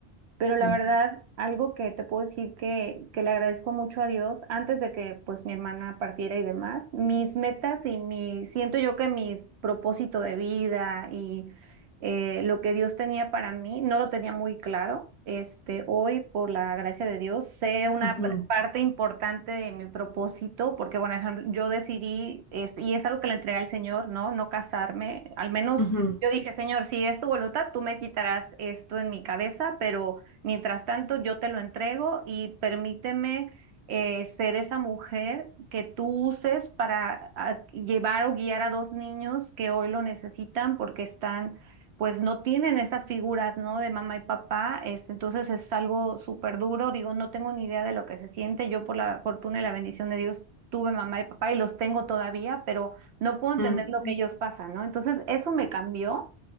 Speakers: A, on the right; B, on the left.
A: Pero la
B: Mm,
A: verdad, algo que te puedo decir que, que le agradezco mucho a Dios, antes de que pues mi hermana partiera y demás, mis metas y mi, siento yo que mis propósito de vida y eh, lo que Dios tenía para mí, no lo tenía muy claro. Este, hoy, por la gracia de Dios, sé una
B: ujú,
A: br- parte importante de mi propósito, porque, bueno, ejemplo, yo decidí, este, y es algo que le entregué al Señor, ¿no? No casarme, al menos
B: ujú,
A: yo dije, Señor, si es tu voluntad, tú me quitarás esto en mi cabeza, pero Mientras tanto, yo te lo entrego y permíteme eh, ser esa mujer que tú uses para a- llevar o guiar a dos niños que hoy lo necesitan porque están, pues no tienen esas figuras, ¿no? De mamá y papá. Este, entonces es algo súper duro. Digo, no tengo ni idea de lo que se siente. Yo por la fortuna y la bendición de Dios tuve mamá y papá y los tengo todavía, pero no puedo entender
B: mm.
A: lo que ellos pasan, ¿no? Entonces eso me cambió.